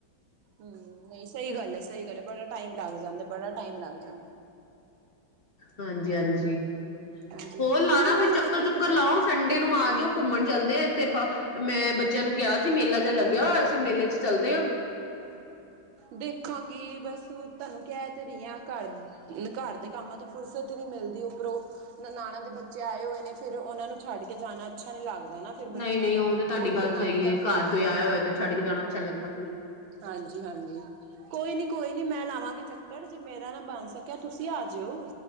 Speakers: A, on the right; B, on the left.
A: ਹੂੰ, ਸਈ ਗੱਲਾਂ ਏ ਸਈ ਗੱਲ ਏ ਬੜਾ ਟਾਈਮ ਲੱਗ ਜਾਂਦੈ, ਬੜਾ ਟਾਈਮ ਲੱਗ ਜਾਂਦੈ।
B: ਹਾਂਜੀ-ਹਾਂਜੀ,
A: ਹਾਂਜੀ
B: ਹੋਰ ਲਾਣਾ
A: ਤੁਸੀਂ ਕਿਵੇਂ
B: ਫੇਰ
A: ਬਣਾਉਂਦੇ
B: ਚੱਕਰ-ਚੁੱਕਰ
A: ਹੋ ਕਟਲ
B: ਲਾਓ। ਸੰਡੇ ਨੂੰ ਆਜੋ, ਘੁੰਮਣ ਚੱਲਦੇ ਆ ਏਥੇ ਮੈਂ ਬੱਚੇਆਂ ਨੂੰ ਕੇਆ ਸੀ, ਮੇਲਾ ਜਾ ਲੱਗਿਆ ਹੋਯਾ, ਅਸੀਂ ਮੇਲੇ ਚ ਚੱਲਦੇ ਆਂ।
A: ਦੇਖਾਂਗੀ ਬਸ ਤੁਆਨੂੰ ਕੈ ਤੇ ਰੀਆ, ਘਰ ਘਰ ਦੇ ਕੰਮਾਂ ਤੋਂ‌ ਫੁਰਸਤ ਈਂ ਨੀਂ ਮਿਲਦੀ, ਉੱਪਰੋ ਨਨਾਣਾ ਦੇ ਬੱਚੇ ਆਏ ਹੋਏ ਨੇ, ਫਿਰ ਓਨਾ ਨੂੰ ਛੱਡ ਕੇ ਜਾਣਾ ਅੱਛਾ ਨੀ ਲੱਗਦਾ ਨਾ। ਫਿਰ
B: ਨਈਂ-ਨਈਂ
A: ਬੱਚੇ ਨੇ
B: ਓ ਤੇ ਤਾਡੀ
A: ਉਹ ਵੀ
B: ਗੱਲ
A: ਨਾਨੀ
B: ਸਈ ਏ,
A: ਘੁੰਮਣ
B: ਘਰ ਕੋਈ
A: ਆਏ
B: ਆਯਾ ਹੋਏ ਤੇ ਛੱਡ ਕੇ ਜਾਣਾ ਅੱਛਾ ਲੱਗਦਾ।
A: ਹਾਂਜੀ-ਹਾਂਜੀ। ਕੋਈ ਨੀ ਕੋਈ ਨੀ ਮੈਂ ਲਾਵਾਂਗੀ ਚੱਕਰ, ਜੇ ਮੇਰਾ ਨਾ ਬਣ ਸਕਿਆ ਤੁਸੀਂ ਆ ਜੀਓ।